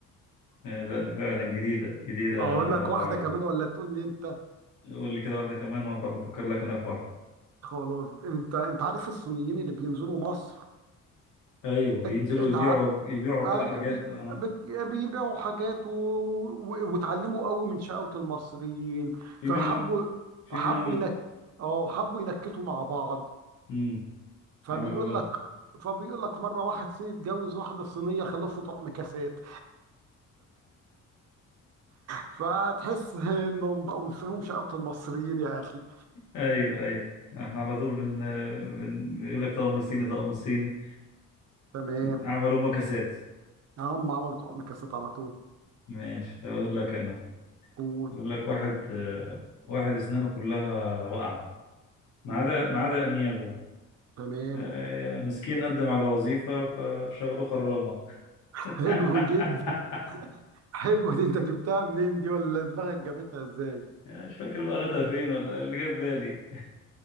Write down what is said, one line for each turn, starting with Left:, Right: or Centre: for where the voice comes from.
Left: آه، لا
Right: <laughs>
Left: فعلا جديده جديده يا
Right: اقول لك
Left: ابو
Right: واحده
Left: علي
Right: كمان ولا تقول لي انت
Left: قول لي كده واحده كمان وعقبال ما افكر لك انا في واحده
Right: خلاص انت انت عارف الصينيين اللي بينزلوا مصر
Left: ايوه بينزلوا
Right: ات... اتع...
Left: يبيعوا يبيعوا
Right: آه
Left: كده حاجات
Right: بي...
Left: اه
Right: بي- بيبيعوا حاجات و... و... واتعلموا قوي من شقاوة المصريين
Left: في
Right: فحبوا
Left: منهم في
Right: حبوا
Left: منهم
Right: ينك... اه حبوا ينكتوا مع بعض
Left: امم
Right: فبيقول
Left: عملوا إيه
Right: لك
Left: بقى
Right: فبيقول لك مره واحد صيني اتجوز واحده صينيه خلفوا طقم كاسات فتحس <laughs> انهم بقوا فيهم شقاوه المصريين يا اخي
Left: ايوه ايوه احنا على طول بن بن بيقول لك طقم صيني طقم صيني
Right: تمام
Left: عملوا مكاسات
Right: هم عملوا طقم كاسات على طول
Left: ماشي هقول لك انا
Right: قول
Left: يقول لك واحد آه، واحد اسنانه كلها واقعه ما
Right: م-
Left: عدا ما عدا انيابه
Right: تمام
Left: آه، مسكين قدم على وظيفه فشغلوه خرامه
Right: حلو
Left: <laughs>
Right: جدا <laughs> حلو دي انت جبتها منين دي ولا دماغك جابتها ازاي
Left: مش فاكر بقى قريتها فين ولا إيه، اللي جاب بالي